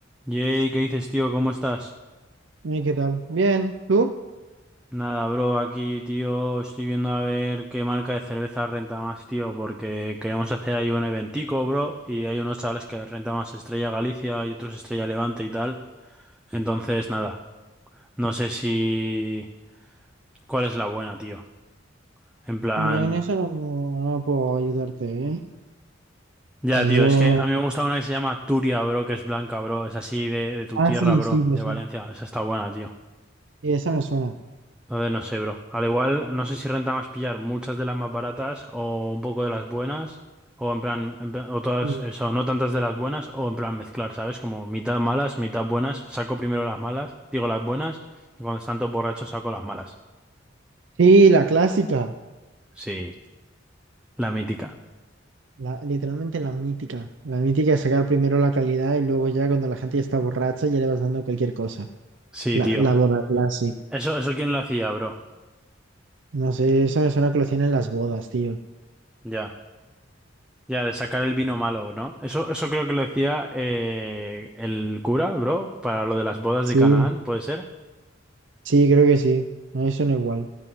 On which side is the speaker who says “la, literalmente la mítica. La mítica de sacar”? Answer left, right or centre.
Right